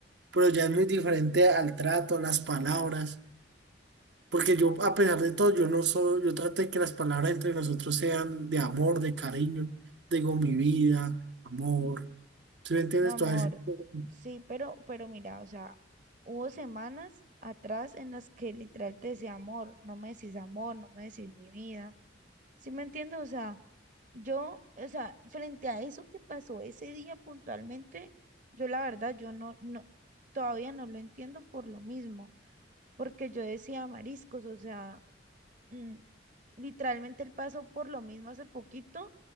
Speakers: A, on the right (about 65°); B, on the right (about 40°).
A: pero ya es muy diferente al trato, a las palabras, porque yo a pesar de todo, yo no soy, yo trato de que las palabras entre nosotros sean de amor, de cariño, digo mi vida, amor, ¿sí me entiendes?
B: Mi amor,
A: Todas esas cosas.
B: sí, pero, pero mira, o sea, hubo semanas atrás en las que literal te decía amor, no me decís amor, no me decís mi vida. ¿Sí me entiendes? O sea, yo, o sea, frente a eso que pasó ese día puntualmente, yo la verdad, yo no, no, todavía no lo entiendo por lo mismo, porque yo decía mariscos, o sea mm, literalmente él pasó por lo mismo hace poquito